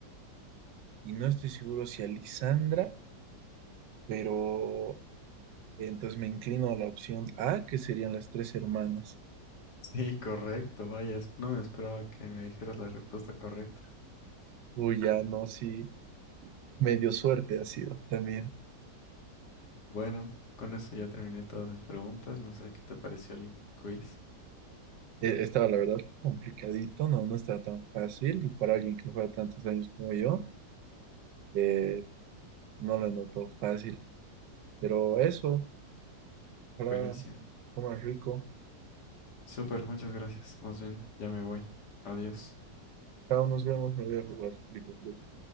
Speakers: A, on the right; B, on the left.
A: y no estoy seguro si a Lisandra, pero entonces me inclino a la opción A, que serían las tres hermanas.
B: Sí, correcto, vaya, no me esperaba que me dijeras la respuesta correcta.
A: Uy, ya no, sí, medio suerte ha sido también.
B: Bueno, con eso ya terminé todas mis preguntas, no sé qué te pareció el quiz.
A: Eh, estaba, la verdad, complicadito, no, no estaba tan fácil, y para alguien que juega tantos años como yo, eh, no lo noto fácil. Pero eso, ojalá
B: Buenísimo.
A: comas rico.
B: Súper, muchas gracias. Más bien, ya me voy. Adiós.
A: Chao, nos vemos, me voy a jugar League of Legends.